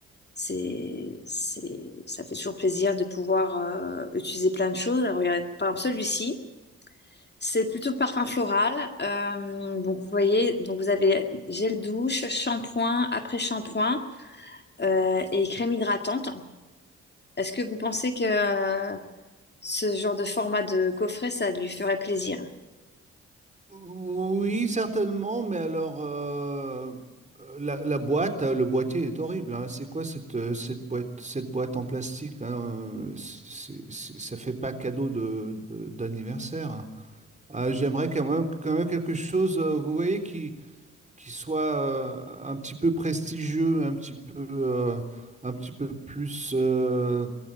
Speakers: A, on the left (about 35°); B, on the right (about 25°).
A: c'est, c'est, ça fait toujours plaisir de pouvoir euh, utiliser plein de choses. Alors, regardez, par exemple, celui-ci. C'est plutôt parfum floral. Euh, donc vous voyez, donc vous avez gel douche, shampoing, après-shampoing euh, et crème hydratante. Est-ce que vous pensez que euh, ce genre de format de coffret, ça lui ferait plaisir?
B: Oui, certainement, mais alors euh, la, la boîte, euh, le boîtier est horrible. hein. C'est quoi cette, euh, cette boîte, cette boîte en plastique hein, euh, c'est- c'est- Ça fait pas cadeau de, de- d'anniversaire. hein. Ah, j'aimerais quand même, quand même quelque chose, euh, vous voyez, qui, qui soit euh, un petit peu prestigieux, un petit peu, euh, un petit peu plus euh,